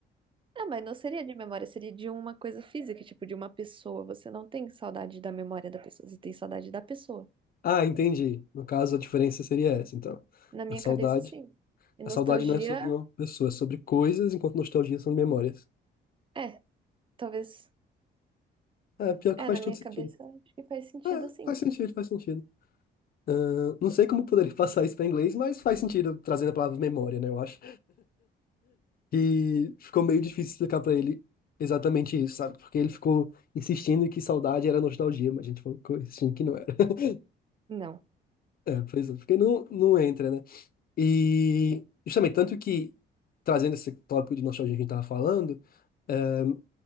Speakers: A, on the right; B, on the left.
A: Ah, mas não seria de memória, seria de uma coisa física, tipo de uma pessoa. Você não tem saudade da memória da pessoa, você tem saudade da pessoa.
B: Ah, entendi. No caso, a diferença seria essa, então.
A: Na minha
B: A saudade,
A: cabeça, sim. E
B: a
A: nostalgia,
B: saudade não é sobre uma pessoa, é sobre coisas, enquanto nostalgia são memórias.
A: é, talvez.
B: É, pior que
A: É,
B: faz
A: na
B: tudo
A: minha
B: sentido.
A: cabeça, acho que faz sentido
B: É,
A: assim.
B: faz sentido, faz sentido. Ahn, não sei como eu poderia <laughs> passar isso para inglês, mas faz sentido trazendo a palavra memória, né? Eu acho. E ficou meio difícil explicar para ele exatamente isso, sabe? Porque ele ficou insistindo que saudade era nostalgia, mas a gente falou que- insistindo que não era. <laughs>
A: Não.
B: É, pois é, porque não, não entra, né? E justamente, tanto que trazendo esse tópico de nostalgia que a gente tava falando, eh,